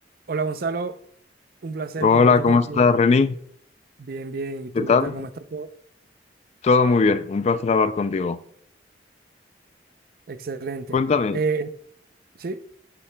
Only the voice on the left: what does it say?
Hola,
¿cómo
estás, Reni?
¿Qué tal?
Todo muy bien, un placer hablar contigo.
Cuéntame,